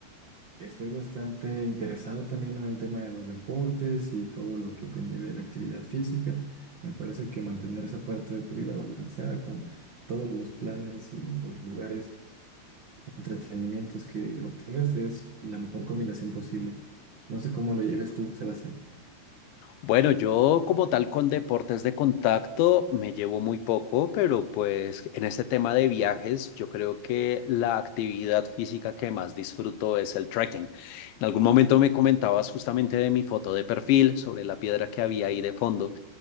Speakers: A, on the right; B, on the left.
A: Estoy bastante interesado también en el tema de los deportes y todo lo que conlleve la actividad física. Me parece que mantener esa parte de tu vida balanceada con todos los planes y los lugares, entretenimientos que obtengas es la mejor combinación posible. No sé cómo lo lleves tú, Sebastián.
B: Bueno, yo como tal con deportes de contacto me llevo muy poco, pero pues en este tema de viajes yo creo que la actividad física que más disfruto es el trekking. En algún momento me comentabas justamente de mi foto de perfil sobre la piedra que había ahí de fondo.